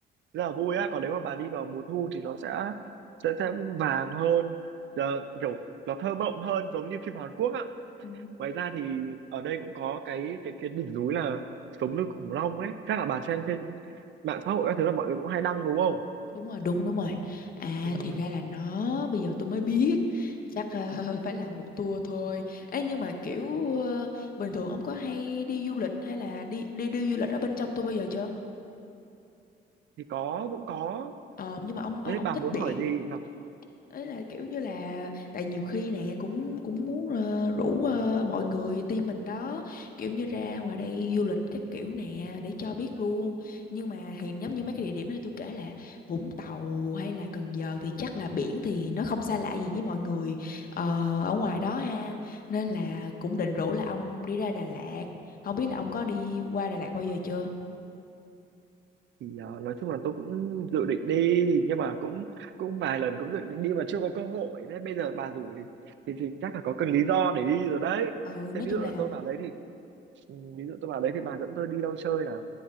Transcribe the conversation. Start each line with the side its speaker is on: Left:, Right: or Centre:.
Right: rất là vui á còn nếu mà bà đi vào mùa thu thì nó sẽ sẽ, sẽ vàng hơn giờ kiểu nó thơ mộng hơn giống như phim Hàn Quốc á
Left: Ừ.
Right: ngoài ra thì ở đây cũng có cái cái cái đỉnh núi là sống lưng khủng long ấy chắc là bà xem trên mạng xã hội các thứ là mọi người cũng hay đăng đúng không
Left: đúng rồi đúng đúng rồi à
Right: ừ.
Left: thì ra là nó bây giờ tôi mới biết chắc ờ, <laughs> phải là một tour thôi ấy nhưng mà kiểu ờ, bình thường ông có hay đi du lịch hay là đi đi đi du lịch ở bên trong tôi bao giờ chưa
Right: thì có cũng có
Left: ờ nhưng mà ông ông
Right: thế
Left: ông
Right: bà
Left: thích
Right: muốn
Left: biển
Right: hỏi gì mà
Left: ấy là kiểu như là tại nhiều khi nè cũng cũng muốn ờ, rủ ờ, mọi người team mình đó kiểu như ra ngoài đây du lịch các kiểu nè để cho biết luôn nhưng mà thì giống như mấy cái địa điểm này tôi kể là Vũng Tàu hay là Cần Giờ thì chắc là biển thì nó không xa lạ gì với mọi người ờ, ở ngoài đó ha nên là cũng định rủ là ông đi ra Đà Lạt không biết là ông có đi qua Đà Lạt bao giờ chưa
Right: thì ờ, nói chung là tôi cũng dự định đi nhưng mà cũng cũng vài lần cũng dự định đi mà chưa có cơ hội thế bây giờ bà rủ thì thì, thì chắc là có cần lý do để đi rồi đấy
Left: ừ
Right: thế
Left: nói
Right: ví
Left: chung
Right: dụ là
Left: là
Right: tôi vào đấy thì Ừ, ví dụ tôi bảo đấy thì bà dẫn tôi đi đâu chơi nào